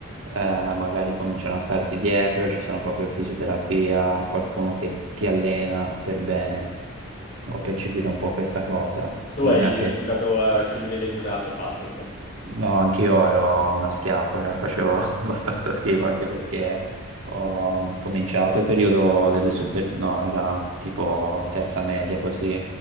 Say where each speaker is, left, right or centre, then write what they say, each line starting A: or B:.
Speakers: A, on the right; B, on the left.
A: magari cominciano a starti dietro, ci sono proprio fisioterapia, qualcuno che ti allena per bene. Ho percepito un po' questa cosa. Secondo
B: Tu hai,
A: me anche
B: hai giocato a che livelli hai giocato a basket?
A: No, anch'io ero una schiappa, cioè, facevo <laughs> abbastanza schifo anche perché ho cominciato il periodo delle super, no, era tipo terza media così,